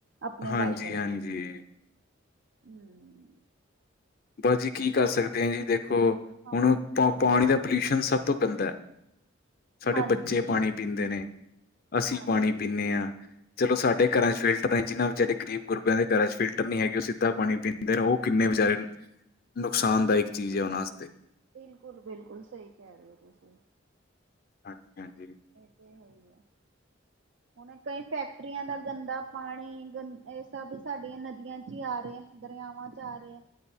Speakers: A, on the right; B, on the left.
A: ਆਪਣੇ
B: ਹਾਂਜੀ-ਹਾਂਜੀ।
A: ਵਾਈਕਲ ਤੇ, ਹੂੰ-
B: ਬਸ ਜੀ ਕੀ ਕਰ ਸਕਦੇ ਆ ਜੀ ਦੇਖੋ।
A: ਹਾਂ
B: ਹੁਣ ਪ ਪਾਣੀ ਦਾ ਪੋਲਿਊਸ਼ਨ ਸਭ ਤੋਂ ਗੰਦਾ। ਸਾਡੇ
A: ਹਾਂਜੀ
B: ਬੱਚੇ ਪਾਣੀ ਪੀਂਦੇ ਨੇ ਅਸੀਂ
A: ਹਾਂਜੀ
B: ਪਾਣੀ ਪੀਂਨੇ ਆ। ਚਲੋ ਸਾਡੇ ਘਰਾਂ ਚ ਫਿਲਟਰ ਨੇ ਜਿੰਨਾ ਵਿਚਾਰੇ ਗਰੀਬ ਗੁਰੀਬਾ ਦੇ ਘਰਾਂ ਚ ਫਿਲਟਰ ਨਹੀ ਹੈਗੇ ਉਸੀ ਗੰਦਾ ਪਾਣੀ ਪੀਂਦੇ ਰੋ। ਕਿੰਨੇ ਵਿਚਾਰੇ ਨੁਕਸਾਨਦਾਇਕ ਚੀਜ਼ ਏ ਓਨਾਂ ਆਸਤੇ।
A: ਬਿਲਕੁਲ-ਬਿਲਕੁਲ ਸਈ ਕੈ ਰੇ ਓ ਤੁਸੀਂ
B: ਹਾਂਜੀ-ਹਾਂਜੀ।
A: ਏ ਤੇ ਹੈ ਈ ਐ। ਹੁਣ ਕਈ ਫੈਕਟਰੀਆਂ ਦਾ ਗੰਦਾ ਪਾਣੀ ਗੰ ਏ ਸਭ ਸਾਡੀਆਂ ਨਦੀਆਂ ਚ ਈ ਆ ਰੇਆ। ਦਰਆਵਾਂ ਚ ਆ ਰੇਆ।